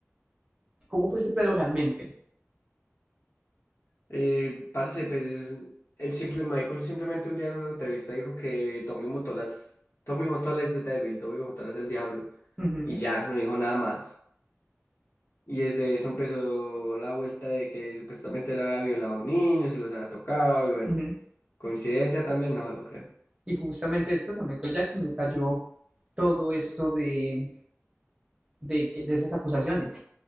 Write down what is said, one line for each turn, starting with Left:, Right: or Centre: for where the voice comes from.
Right: ¿Cómo fue ese pedo realmente?
Left: Eh, parce, pues, el simple Michael simplemente un día en una entrevista dijo que Tommy Motola es, Tommy Motola es the devil, Tommy Motola es el diablo.
Right: Ujú,
Left: Y ya, no dijo nada más. Y desde eso empezó la vuelta de que supuestamente le había violado niños y los había tocado. Y bueno,
Right: ujú.
Left: coincidencia también, no lo creo.
Right: Y justamente después a Michael Jackson me cayó todo esto de, de, que- de esas acusaciones.